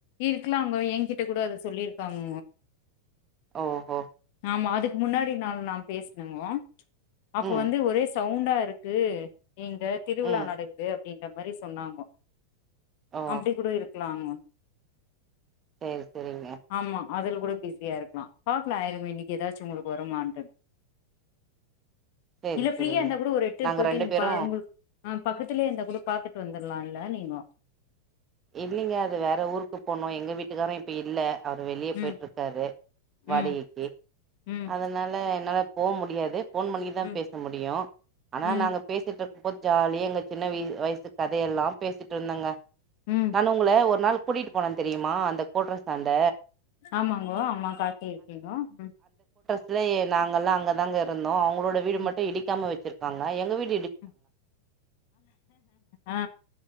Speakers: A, on the left; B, on the right.
A: இருக்கலாங்க என்கிட்ட கூட அத சொல்லிருக்காங்க
B: ஓஹோ
A: ஆமா அதுக்கு முன்னாடி நா நா பேசணுங்கோ அப்ப
B: ம்
A: வந்து ஒரே சவுண் குண்டா இருக்கு இங்க திருவிழா
B: ம்
A: நடக்து அப்டின்ற மாரி சொன்னாங்கோ
B: ஓ
A: அப்டி கூட இருக்கலாங்க
B: செரி செரிங்க
A: ஆமா அதுல கூட பிஸியா இருக்கலா பாக்கலா ஆயிருங்க இன்னைக்கு ஏதாச்சு உங்களுக்கு வருமான்ட்டுனு
B: சேரி
A: இல்ல ஃப்ரீயா
B: சேரிங்க
A: இருந்தா கூட ஒரு எட்டுக்கு
B: நாங்க
A: போயிட்டு
B: ரெண்டு
A: நீங்க
B: பேரு
A: பா உங்களுக்கு ஆ பக்கத்துலயே இருந்தா கூட பாத்துட்டு வந்தரலா இல்ல நீங்கோ
B: இல்லைங்க அது வேற ஊருக்கு போனோ எங்க வீட் வீட்டுக்கார்ரும் இப்ப இல்ல அவர் வெளிய போயிட்ருக்காரு
A: ம் ம்
B: வாடகைக்கி
A: ம்
B: அதனால என்னால போக முடியாது ஃபோன் பண்ணிதா
A: ம்
B: பேச முடியு ஆனா
A: ம்
B: நாங்க பேசிட்ருக்கும் போது ஜாலியா எங்க சின்ன வய வயசு கதையெல்லா பேசிட்ருந்தங்க
A: ம்
B: நானு உங்கள ஒரு நாள் கூட்டிட்டு போனே தெரியுமா அந்த கோட்ரஸாண்ட
A: ஆமாங்கோ அம்மா காட்டி இருக்கீங்கோ ம்
B: இல்லையே நாங்கெல்லா அங்கதாங்க இருந்தோ அவங் உங்களோட வீடு
A: ம்
B: மட்டு இடிக்காம வச்சிருக் தாங்க எங்க வீட்
A: ம் ஆ